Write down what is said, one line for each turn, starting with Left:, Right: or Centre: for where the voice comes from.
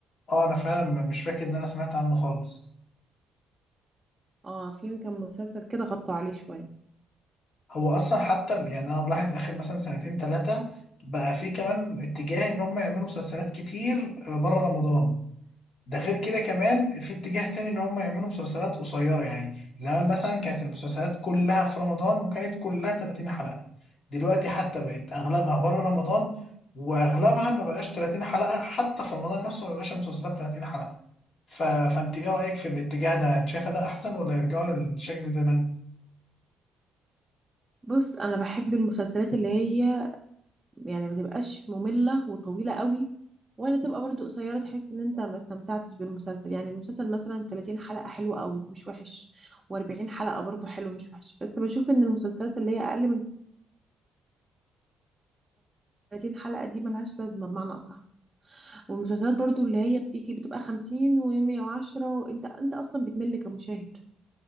Left: اه انا فعلا م- مش فاكر ان انا سمعت عنه خالص
Right: اه في كان مسلسل كده غطوا عليه شوية
Left: هو اصلا حتى ال- يعني انا ملاحظ اخر مثلا سنتين ثلاثه بقى في كمان اتجاه ان هم يعملوا مسلسلات كتير بره رمضان ده غير كده كمان في اتجاه تاني ان هم يعملوا مسلسلات قصيره يعني زمان مثلا كانت المسلسلات كلها في رمضان وكانت كلها 30 حلقه دلوقتي حتى بقت اغلبها بره رمضان واغلبها ما بقاش 30 حلقه حتى في رمضان نفسه ما بقاش المسلسلات 30 حلقه ف... فانت ايه رايك في الاتجاه ده انت شايفه ده احسن ولا يرجعوا للشكل زمان
Right: بص أنا بحب المسلسلات اللي هي يعني ما تبقاش مملة وطويلة قوي ولا تبقى برضو قصيرة تحس ان انت ما استمتعتش بالمسلسل يعني المسلسل مثلا 30 حلقة حلوة قوي مش وحش و40 حلقة برضو حلو مش وحش بس بشوف ان المسلسلات اللي هي اقل من 30 حلقة دي ملهاش لازمة بمعنى اصح والمسلسلات برضو اللي هي بتيجي بتبقى 50 و110 وانت انت اصلا بتمل كمشاهد